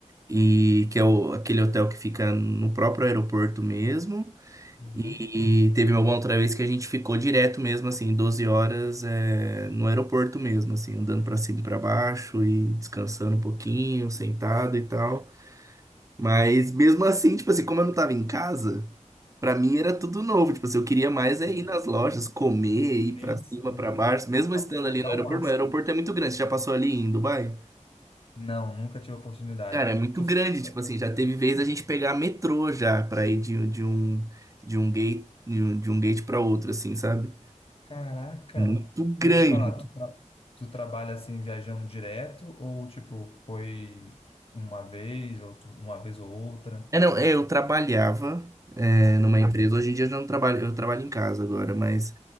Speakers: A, on the right; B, on the left.
A: e que é o, aquele hotel que fica no próprio aeroporto mesmo.
B: Uhum.
A: E teve uma outra vez que a gente ficou direto mesmo, assim, 12 horas é, no aeroporto mesmo, assim, andando pra cima e pra baixo e descansando um pouquinho, sentado e tal. Mas mesmo assim, tipo assim, como eu não tava em casa. Pra mim era tudo novo, tipo assim, eu queria mais é
B: É,
A: ir nas lojas, comer, ir
B: Tem,
A: pra cima,
B: sim.
A: pra baixo, mesmo
B: Aproveitar
A: estando ali no aeroporto,
B: ao máximo,
A: mas o aeroporto é muito grande, você já passou ali em Dubai?
B: Não, nunca tive a oportunidade.
A: Cara, é muito
B: Tu
A: grande,
B: falou assim,
A: tipo assim, já teve vez a gente pegar metrô já pra ir de, de um de um gate de um, de um gate para outro assim, sabe?
B: caraca,
A: Muito grande,
B: e deixa eu te falar, tu, tra- tu trabalha assim viajando direto ou tipo foi uma vez ou tu- uma vez ou outra?
A: É, não, é, eu trabalhava, é, numa empresa. Hoje em dia eu já não trabalho, eu trabalho em casa agora, mas